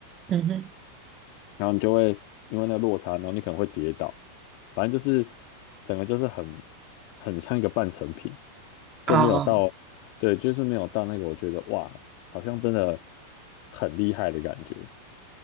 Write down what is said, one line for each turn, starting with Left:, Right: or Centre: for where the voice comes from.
Right: 嗯哼，
Left: 然后你就会因为那个落差，然后你可能会跌倒，反正就是整个就是很很像一个半成品，就没有到，
Right: 哦，
Left: 对，就是没有到那个我觉得哇，好像真的很厉害的感觉。